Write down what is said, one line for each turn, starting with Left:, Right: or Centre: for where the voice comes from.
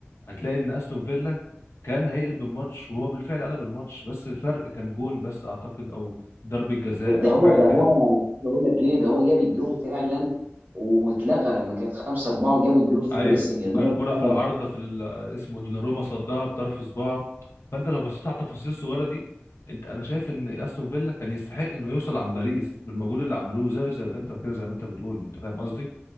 Left: هتلاقي ان استون فيلا كان هيقلب الماتش وهو بالفعل قلب الماتش بس الفرق كان جون بس اعتقد او ضربة جزاء
Right: ده
Left: او
Right: هو
Left: حاجة
Right: ده
Left: كده
Right: هو بقول لك ايه ده هو جاب الجون فعلا واتلغى لما كانت 5 4 وجابوا الجون في
Left: ايوه
Right: باريس سان جيرمان
Left: وكان كرة
Right: واتلغى
Left: في العارضة في ال- اسمه دوناروما صدها بطرف صباعه فانت لو بصيت على التفاصيل الصغيرة دي انت انا شايف ان استون فيلا كان يستحق انه يوصل عن باريس بالمجهود اللي عملوه زيه زي الانتر كده زي ما انت بتقول انت فاهم قصدي